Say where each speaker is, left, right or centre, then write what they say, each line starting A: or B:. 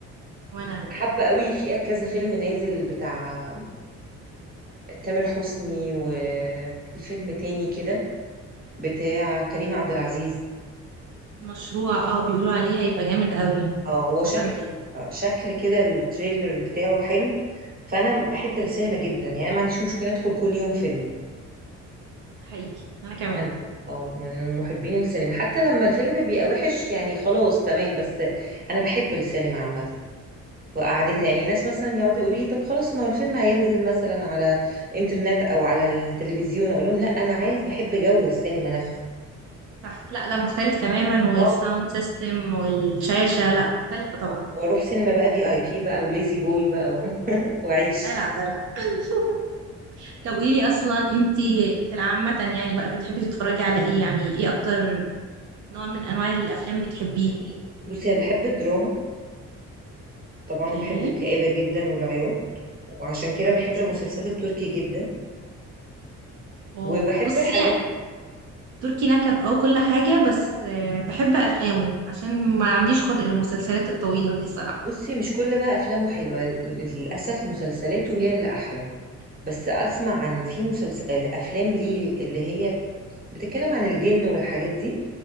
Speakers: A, on the right; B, on the right.
A: وانا
B: وحابه قوي في كذا فيلم نازل بتاع تامر حسني وفي فيلم تاني كده بتاع كريم عبد العزيز
A: المشروع اه بيقولوا عليه هيبقى جامد قوي يعني
B: اه هو شكله
A: كسر الدنيا
B: شكل كده التريلر بتاعه حلو فانا بحب السينما جدا يعني أنا ما عنديش مشكله ادخل كل يوم فيلم
A: حقيقي انا كمان
B: انا اه من محبين السينما حتى لما الفيلم بيبقى وحش يعني خلاص تمام بس انا بحب السينما عامه وقعدتها
A: مم.
B: يعني الناس مثلا يقعدوا يقولوا لي طب خلاص ما هو الفيلم هينزل مثلا على انترنت او على التلفزيون اقول لهم لا انا عايز بحب جو السينما نفسه
A: صح لا لا مختلف تماما والساوند
B: اه
A: سيستم والشاشة لا مختلفة طبعا
B: و- واروح سينما بقى في اي بي بقى وليزي بوي بقى و... <laughs> واعيش
A: دلع دلع <laughs> طب قولي لي اصلا انت في العامة يعني بقى بتحبي تتفرجي على ايه يعني ايه اكتر نوع من انواع الافلام بتحبيه
B: بي- بصي انا بحب الدراما طبعا
A: اوكي
B: وبحب الكآبة جدا والعياط وعشان كده
A: حبيبتي
B: بحب المسلسلات التركي جدا
A: أوه.
B: وبحب
A: بصي
B: الحاجات
A: تركي نكد اه كل حاجة
B: <laughs>
A: بس آه، بحب أفلامه عشان ما عنديش خلق للمسلسلات الطويلة دي صراحة
B: بصي مش كل بقى افلامه حلوة ل- للاسف مسلسلاته هي اللي احلى بس اسمع عن في مسلسل آه، افلام ليه اللي هي بتتكلم عن الجن والحاجات دي